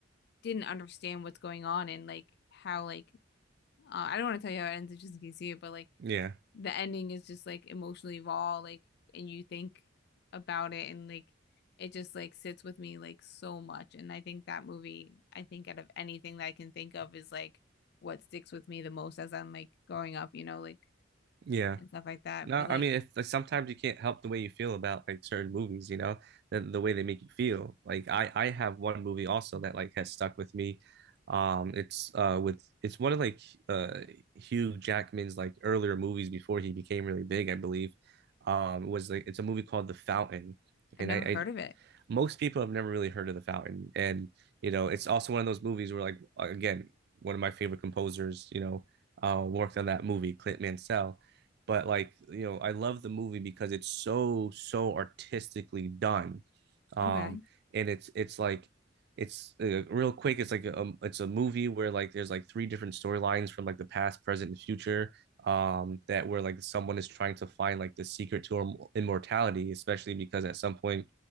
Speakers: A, on the left (about 55°); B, on the right (about 55°).
A: didn't understand what's going on and like how like uh, I don't want to tell you how it ends just in case you see it, but like
B: Yeah.
A: the ending is just like emotionally raw, like, and you think about it and like it just like sits with me like so much. And I think that movie, I think out of anything that I can think of is like what sticks with me the most as I'm like growing up, you know, like
B: Yeah.
A: and stuff like that.
B: No,
A: But like
B: I mean if like, sometimes you can't help the way you feel about like certain movies, you know, the, the way they make you feel. Like I I have one movie also that like has stuck with me. Um it's uh with it's one of like uh Hugh Jackman's like earlier movies before he became really big, I believe. Um was like it's a movie called The Fountain
A: I've
B: and
A: never
B: I,
A: heard of it.
B: most people have never really heard of the fountain and you know it's also one of those movies where like again one of my favorite composers you know uh, worked on that movie clint mansell but like you know i love the movie because it's so so artistically done um
A: Okay.
B: and it's it's like it's uh, real quick it's like a, um, it's a movie where like there's like three different storylines from like the past present and future um that where like someone is trying to find like the secret to immortality especially because at some point